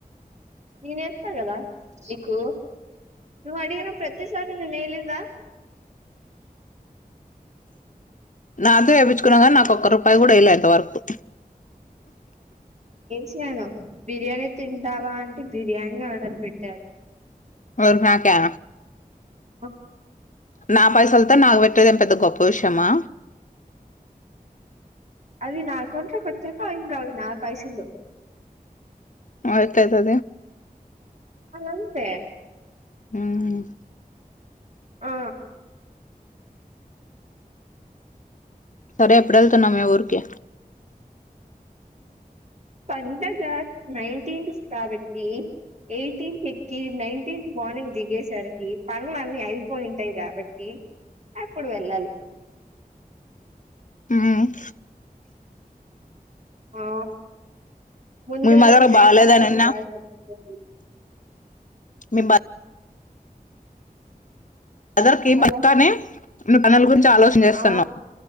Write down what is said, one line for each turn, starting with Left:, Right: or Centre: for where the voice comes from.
Right: నేన్ ఎత్తాగద ఇకు నువు అడిగనా ప్రతిసారి నేను ఏయలేదా
Left: నాతో వేపిచుకున్నా కానీ నాకు ఒక్క రూపాయి కూడా ఏయలా ఇంత వరకు
Right: శాను బిర్యానీ తింటావా అంటే బిర్యానీ ఆర్డర్ పెట్టాను
Left: ఏవర్ నాకా
Right: ఆ
Left: నా పైసలతో నాకు పెట్టేదేం పెద్ద గొప్ప విషయమా
Right: అది నా అకౌంట్ లోకి వచ్చాక ఇంకా అవి నా పైసలు
Left: అయితది
Right: అది అంతే
Left: హ్మ్మ్
Right: ఆ
Left: సరే ఎప్పుడళ్తున్నా మీ ఊరికి
Right: పండగ నైన్టీన్త్ కాబట్టి ఎయిటీన్ ఎక్కి నైన్టీన్ మార్నింగ్ దిగేసరికి పనులు అన్నిీ అయిపోయింటాయి కాబట్టి అప్పుడు వెళ్ళాలి
Left: హ్మ్మ్
Right: ఆ ముందే
Left: మీ మదర్
Right: వెళ్తే
Left: బాలేదని
Right: పనులు
Left: విన్నా
Right: చేయాల్సి వస్తది
Left: మీబా మదర్ కి
Right: హలో
Left: పక్కనే అ పల్గ <unintelligible> ఆలోచన చేస్తున్నాం
Right: ఆ